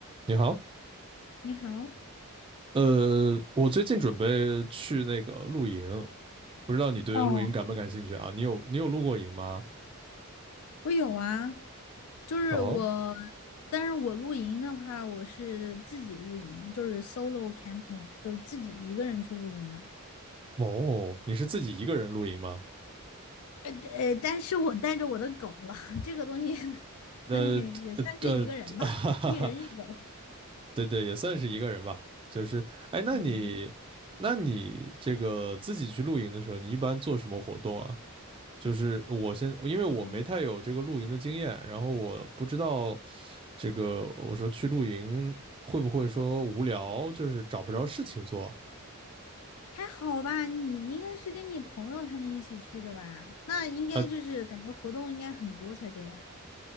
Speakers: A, on the right; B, on the left.
A: 你好，
B: 你好，
A: 呃，我最近准备去那个露营，不知道你对露营感不感兴趣啊？
B: 哦，
A: 你有你有露过营吗？
B: 我有啊，就是我，
A: 哦
B: 但是我露营的话，我是自己露营，就是 solo camping，就是自己一个人去露营的。
A: 哦，你是自己一个人露营吗？
B: 呃呃，但是我带着我的狗了，<laughs> 这个东西，<laughs>
A: 呃呃呃，
B: 对，也算是一个人吧，
A: <laughs> 哈哈哈，
B: 一人一狗。
A: 对对，也算是一个人吧。就是，哎，那你那你这个自己去露营的时候，
B: 嗯，
A: 你一般做什么活动啊？就是我先，因为我没太有这个露营的经验，
B: 嗯，
A: 然后我不知道。这个我说去露营会不会说无聊，就是找不着事情做？
B: 还好吧，你应该是跟你朋友他们一起去的吧？那应该就是感觉活动应该很多才对呀。
A: 呃，